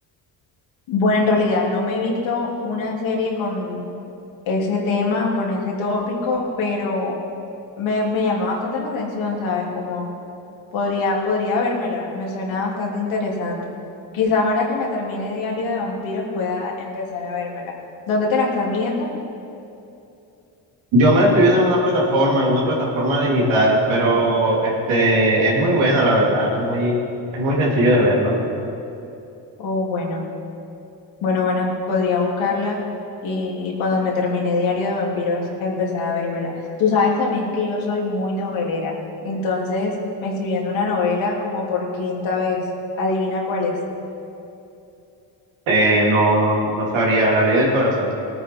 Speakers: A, on the left (about 80°); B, on the right (about 85°).
A: bueno, en realidad no me he visto una serie con ese tema, o con ese tópico, pero me, me llamó bastante la atención, ¿sabes? Como Podría, podría vérmela, me suena bastante interesante. Quizás ahora que me termine Diario de Vampiros pueda empezar a vérmela. ¿Dónde te la estás viendo?
B: Yo me la estoy viendo en una plataforma, en una plataforma digital, pero este es muy buena, la verdad, es muy, es muy sencillo de verlo.
A: Oh, bueno, bueno, bueno, podría buscarla y, y cuando me termine Diario de Vampiros empezar a vérmela. Tú sabes también que yo soy muy novelera, entonces me estoy viendo una novela como por quinta vez. Adivina cuál es.
B: Eh, no, no, no sabría, la ley del corazón.